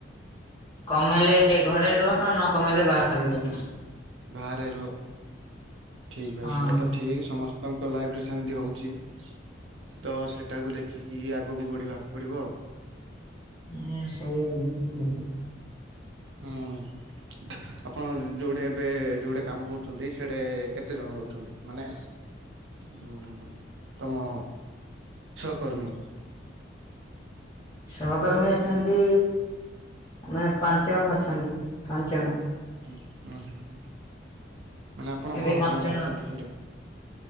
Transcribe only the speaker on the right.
ବାହାରେ ରୁହ, ଠିକ ଭାଇ
ସେଇଟା ତ ଠିକ ସମସ୍ତଙ୍କ ଲାଇଫରେ ସେମତି ହଉଛି। ତ ସେଟାକୁ ଦେଖିକି ଆଗକୁ ବଢିବାକୁ ପଡିବ ଆଉ।
ହୁଁ।
ଆପଣ ଯୋଉଠି ଏବେ ଯୋଉଠି କାମ କରୁଛନ୍ତି, ସେଇଠି କେତେ ଜଣ ରହୁଛନ୍ତି? ମାନେ ହୁଁ, ତମ ସହକର୍ମୀ।
ହୁଁ ହୁଁ ହୁଁ ହୁଁ, ମାନେ ଆପଣ
କଣ
କାମ
କରୁଛନ୍ତି
ସେଠି?